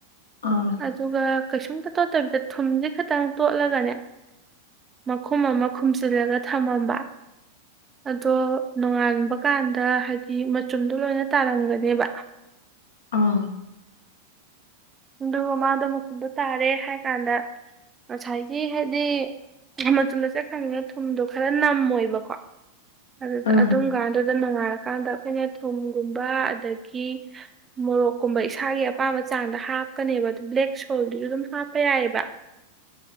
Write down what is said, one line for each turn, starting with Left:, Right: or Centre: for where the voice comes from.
Left: ꯑꯥ
Right: ꯑꯗꯨꯒ ꯀꯩꯁꯨꯝꯇ ꯇꯣꯠꯇꯕꯤꯗ ꯊꯨꯝꯁꯦ ꯈꯤꯇꯪ ꯇꯣꯠꯂꯒꯅꯦ ꯃꯈꯨꯝ ꯑꯃ ꯈꯨꯝꯖꯤꯜꯂꯒ ꯊꯝꯃꯝꯕ ꯑꯗꯣ ꯅꯣꯡꯉꯥꯟꯕ ꯀꯥꯟꯗ ꯍꯥꯏꯗꯤ ꯂꯣꯏꯅ ꯇꯥꯔꯝꯒꯅꯦꯕ
Left: ꯑꯥ
Right: ꯑꯗꯨꯒ ꯃꯥꯗꯣ ꯃꯟꯗꯣ ꯇꯥꯔꯦ ꯍꯥꯏꯀꯥꯟꯗ ꯉꯁꯥꯏꯒꯤ ꯍꯥꯏꯗꯤ ꯃꯆꯨꯝꯗ ꯆꯠꯈꯪꯅꯤꯤꯅ ꯊꯨꯝꯗꯣ ꯈꯔ ꯅꯝꯃꯣꯏꯕꯀꯣ ꯑꯗꯨꯗ
Left: ꯎꯝ
Right: ꯑꯗꯨꯝ ꯀꯥꯟ ꯑꯗ ꯅꯣꯡ ꯉꯥꯜꯂꯀꯥꯟꯗ ꯑꯩꯈꯣꯏꯅ ꯊꯨꯝꯒꯨꯝꯕ ꯑꯗꯒꯤ ꯃꯣꯔꯣꯛꯀꯨꯝꯕ ꯏꯁꯥꯒꯤ ꯑꯄꯥꯝꯕ ꯆꯥꯡꯗ ꯍꯥꯞ ꯀꯅꯦꯕ ꯑꯗꯨꯝ ꯕ꯭ꯂꯦꯛ ꯁꯣꯜꯗꯨꯁꯨ ꯑꯗꯨꯝ ꯍꯥꯞꯄ ꯌꯥꯏꯌꯦꯕ